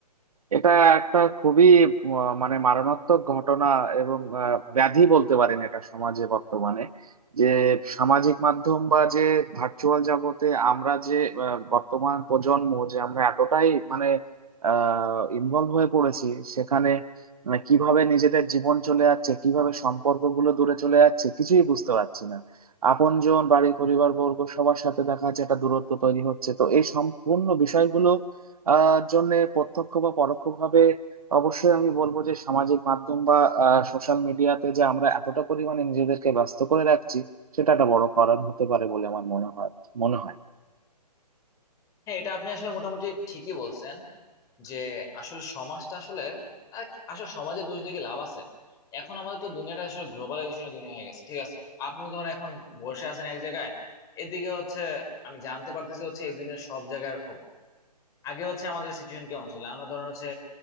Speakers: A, on the right (about 60°); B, on the left (about 15°).
A: এটা একটা খুবই আহ, মানে মারণাত্মক ঘটনা এবং আহ, ব্যাধি বলতে পারেন এটা সমাজে বর্তমানে যে সামাজিক মাধ্যম বা যে ভার্চুয়াল জগতে আমরা যে আহ, বর্তমান প্রজন্ম যে আমরা এতটাই মানে আহ ইনভলভ হয়ে পড়েছি সেখানে মানে কিভাবে নিজেদের জীবন চলে যাচ্ছে কিভাবে সম্পর্কগুলো দূরে চলে যাচ্ছে কিছুই বুঝতে পারছি না আপনজন বাড়ি পরিবার বর্গ সবার সাথে দেখা যাচ্ছে একটা দূরত্ব তৈরি হচ্ছে তো এই সম্পূর্ণ বিষয়গুলো আহ জন্য প্রত্যক্ষ বা পরোক্ষভাবে অবশ্যই আমি বলবো যে সামাজিক মাধ্যম বা সোশ্যাল মিডিয়াতে যে আমরা এতটা পরিমাণে নিজেদেরকে ব্যস্ত করে রাখছি সেটা একটা বড় কারণ হতে পারে বলে আমার মনে হয় মনে হয়
B: হ্যাঁ এটা আপনি আসলে মোটামুটি ঠিকই বলছেন যে আসলে সমাজটা আসলে আর কি- আসলে সমাজে দোষ দিয়ে কি লাভ আছে এখন আমাদের তো দুনিয়াটা আসলে গ্লোবালাইজেশনের দুনিয়া হয়ে গেছে ঠিক আছে আপনি ধরো এখন বসে আছেন এক জায়গায় এদিকে হচ্ছে আমি জানতে পারতেছি হচ্ছে এই দুনিয়ার সব জায়গার খবর আগে হচ্ছে আমাদের সিচুয়েশন কেমন ছিল আমরা ধরেন হচ্ছে